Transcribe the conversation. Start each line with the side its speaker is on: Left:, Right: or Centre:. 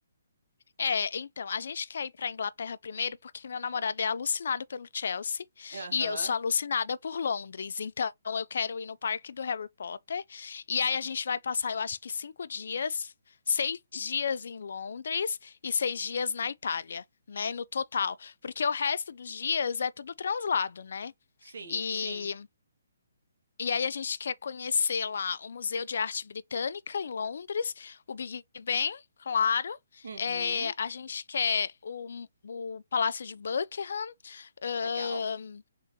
Left: É, então, a gente quer ir pra Inglaterra primeiro porque meu namorado é alucinado pelo Chelsea
Right: Aham,
Left: e eu sou alucinada por Londres. Então, eu quero ir no parque do Harry Potter e aí a gente vai passar, eu acho que cinco dias, seis dias em Londres e seis dias na Itália, né, no total. Porque o resto dos dias é tudo translado, né?
Right: Sim,
Left: E
Right: sim.
Left: e aí a gente quer conhecer lá o Museu de Arte Britânica em Londres, o Big Ben, claro.
Right: Uhum,
Left: É, a gente quer o, o Palácio de Buckingham, ahn,
Right: legal.